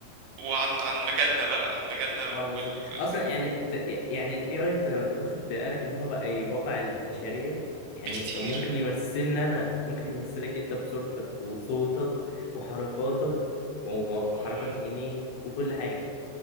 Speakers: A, on the right; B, on the left.
A: وعن عن مجالنا بقى عن مجالنا وال...
B: اه مظبوط
A: والتكنولوجيا
B: اصلا يعني انت يعني الاي اي انت انت واخد بالك ان هو بقى يواقع البشريه يعني
A: بكتير
B: ممكن يمثلنا انا ممكن يمثلك انت بصورتك وصوتك وحركاتك و-
A: مم.
B: وحركات عينيك وكل حاجه